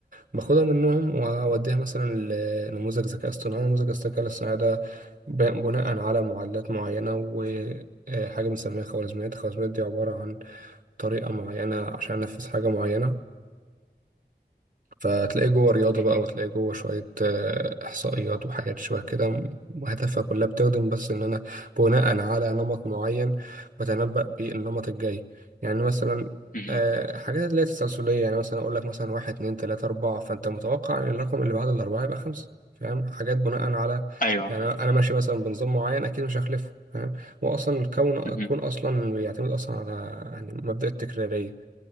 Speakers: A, on the right (about 50°); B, on the left (about 50°).
A: باخدها منهم وأوديها مثلا لنموذج ذكاء اصطناعي نموذج الذكاء الاصطناعي ده ب- بناء على معادلات معينة وحاجة بنسميها خوارزميات الخوارزميات دي عبارة عن طريقة معينة عشان أنفذ حاجة معينة فتلاقيه جوه رياضة
B: مهم.
A: بقى وتلاقيه جوه شوية آه، إحصائيات وحاجات شوية كده م- وهدفها كلها بتخدم بس إن أنا بناء على نمط معين بتنبأ بيه النمط الجاي يعني مثلا
B: مهم.
A: آه، حاجات اللي هي التسلسلية يعني مثلا أقول لك مثلا واحد اتنين تلاتة أربعة فأنت متوقع إن الرقم اللي بعد الأربعة يبقى خمسة فاهم حاجات بناء على
B: ايوه
A: يعني أنا أنا ماشي مثلا بنظام معين أكيد مش هخلفه فاهم هو أصلا الكون الكون
B: مهم.
A: أصلا بيعتمد أصلا على يعني مبدأ التكرارية